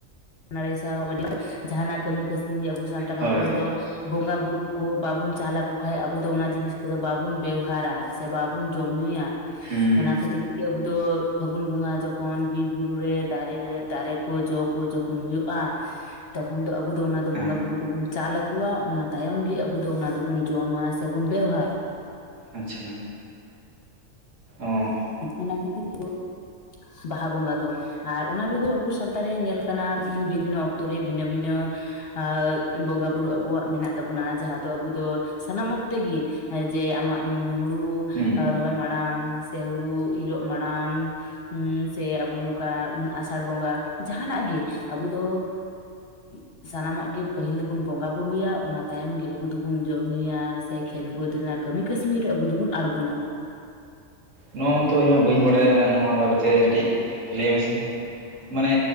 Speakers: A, on the left; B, on the right.
A: ᱱᱟᱲᱮ ᱥᱟᱶ ᱟᱹᱰᱤ ᱡᱟᱦᱟᱱᱟᱜ ᱠᱟᱹᱢᱤ ᱠᱟᱹᱥᱱᱤ ᱟᱵᱚ ᱥᱟᱱᱛᱟᱲ
B: ᱦᱳᱭ
A: ᱦᱚᱯᱚᱱ ᱫᱚ ᱵᱚᱸᱜᱟ ᱵᱳᱩᱨᱩ ᱠᱚ ᱵᱟᱵᱚᱱ ᱪᱟᱞ ᱟᱠᱚ ᱠᱷᱟᱱ ᱟᱵᱚ ᱫᱚ ᱚᱱᱟ ᱡᱤᱱᱤᱥ ᱠᱚᱫᱚ ᱵᱟᱵᱚᱱ ᱵᱮᱣᱦᱟᱨᱟ ᱥᱮ ᱵᱟᱵᱚᱱ ᱡᱚᱢ ᱧᱩᱭᱟ
B: ᱦᱮᱸ
A: ᱚᱱᱟ ᱠᱷᱟᱹᱛᱤᱨ ᱟᱵᱩ ᱫᱚ ᱯᱷᱟᱹᱜᱩᱱ ᱵᱚᱸᱜᱟ ᱡᱚᱠᱷᱚᱱ ᱵᱤᱨ ᱵᱩᱨᱩ ᱨᱮ ᱫᱟᱨᱮ ᱫᱟᱨᱮ ᱠᱚ ᱡᱚ ᱠᱚᱚᱠᱷᱚᱱ ᱠᱷᱚᱱ ᱦᱩᱭᱩᱜ-ᱟ ᱛᱚᱠᱷᱚᱱ ᱫᱚ ᱟᱵᱚ ᱫᱚ ᱚᱱᱟ ᱫᱚ
B: ᱦᱮᱸ
A: ᱵᱚᱸᱜᱟ ᱵᱩᱨᱩ ᱠᱚᱵᱚᱱ ᱪᱟᱞ ᱟᱠᱚᱣᱟ ᱚᱱᱟ ᱛᱟᱭᱚᱢ ᱜᱮ ᱟᱵᱚ ᱫᱚ ᱚᱱᱟ ᱫᱚ ᱡᱚᱢᱟ ᱥᱮ ᱵᱚᱱ ᱵᱮᱣᱦᱟᱨᱟ
B: ᱟᱪᱪᱷᱟ ᱚ
A: ᱚᱱᱟ ᱠᱷᱟᱹᱛᱤᱨ <unintelligible> ᱵᱟᱦᱟ ᱵᱚᱸᱜᱟ ᱫᱚ ᱟᱨ ᱚᱱᱟ ᱵᱮᱜᱚᱨ ᱥᱟᱶᱛᱟ ᱧᱮᱞ ᱠᱟᱱᱟ ᱵᱤᱵᱷᱤᱱᱱᱚ ᱚᱠᱛᱚᱮ ᱨᱮ ᱵᱷᱤᱱᱟᱹ ᱵᱷᱤᱱᱟᱹ ᱟᱻ ᱵᱚᱸᱜᱟ ᱵᱩᱨᱩ ᱟᱵᱚᱣᱟᱜ ᱢᱮᱱᱟᱜ ᱛᱟᱵᱚᱱᱟ ᱡᱟᱦᱟᱸ ᱫᱚ ᱟᱵᱚ ᱫᱚ ᱥᱟᱱᱟᱢ ᱚᱠᱛᱮ ᱜᱮ ᱡᱮ ᱟᱢᱟᱜ ᱦᱩᱲᱩ
B: ᱦᱮᱸ
A: ᱨᱚᱦᱚᱭ ᱢᱟᱲᱟᱝ ᱥᱮ ᱦᱩᱲᱩ ᱤᱨᱚᱜ ᱢᱟᱲᱟᱝ ᱦᱮᱸ ᱥᱮ ᱟᱵᱚ ᱱᱚᱝᱠᱟ ᱟᱥᱟᱲ ᱵᱚᱸᱜᱟ ᱡᱟᱦᱟᱱᱟᱜ ᱜᱮ ᱟᱵᱚ ᱫᱚ <unintelligible> ᱥᱟᱱᱟᱢᱟᱜ ᱜᱮ ᱯᱟᱹᱦᱤᱞ ᱫᱚᱵᱚᱱ ᱵᱚᱸᱜᱟ ᱵᱩᱨᱩᱭᱟ ᱚᱱᱟ ᱛᱟᱭᱚᱢ ᱜᱮ ᱟᱵᱚ ᱫᱚᱵᱩᱱ ᱡᱚᱢ ᱧᱩᱭᱟ ᱥᱮ ᱠᱷᱮᱛ ᱵᱟᱹᱫᱽ ᱨᱮᱱᱟᱜ ᱠᱟᱹᱢᱤ ᱠᱟᱹᱥᱢᱤ ᱨᱮ ᱟᱵᱚ ᱫᱚᱵᱚᱱ ᱟᱲᱜᱚᱱᱟ
B: ᱱᱚᱣᱟ ᱢᱟᱛᱚ ᱤᱧᱢᱟ ᱵᱟᱹᱧ ᱵᱟᱲᱟᱭᱟ ᱱᱚᱣᱟ ᱵᱟᱨᱮᱛᱮ ᱠᱟᱹᱴᱤᱡ ᱞᱟᱹᱭ ᱢᱮᱥᱮ ᱢᱟᱱᱮ